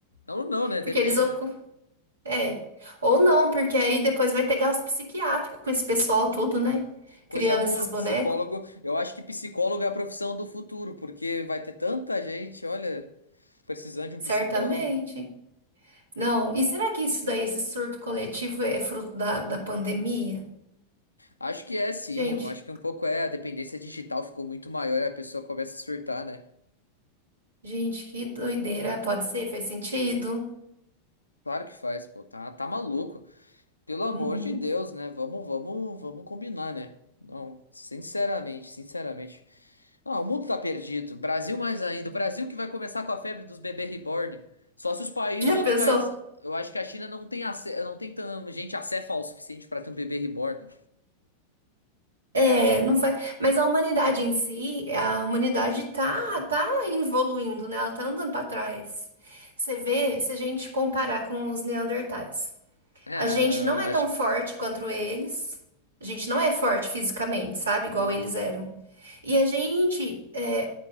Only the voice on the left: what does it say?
Não, não, né?
Depende,
né?
Coisa
boa,
psicólogo. Eu acho que psicólogo é a profissão do futuro, porque vai ter tanta gente, olha, precisando de um
psicólogo.
Acho que é sim,
eu acho que um pouco é. A dependência digital ficou muito maior e a pessoa começa a surtar, né?
Claro que faz, pô, tá, tá maluco. Pelo amor
de Deus, né? Vamos, vamos, vamos combinar, né? Não, sinceramente, sinceramente. Ah, o mundo tá perdido. Brasil mais ainda. O Brasil que vai começar com a febre dos bebês reborn. Só se os países,
outros
países, eu acho que a China não tem acé- não tem tanta gente acéfala o suficiente pra ter um bebê reborn.
É,
eu
acho
que
não.